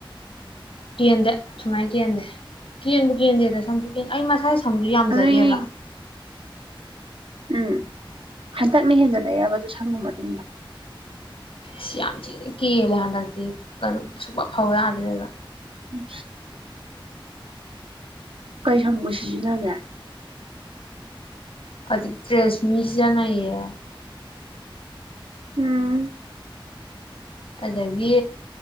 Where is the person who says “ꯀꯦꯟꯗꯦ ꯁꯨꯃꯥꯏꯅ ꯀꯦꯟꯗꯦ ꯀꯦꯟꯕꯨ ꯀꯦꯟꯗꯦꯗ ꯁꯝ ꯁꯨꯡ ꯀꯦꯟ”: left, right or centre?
Left